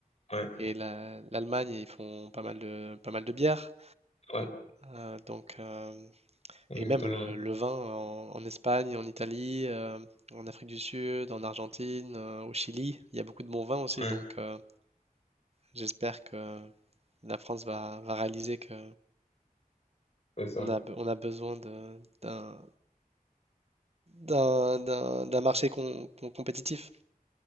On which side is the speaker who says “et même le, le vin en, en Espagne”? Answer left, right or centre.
Right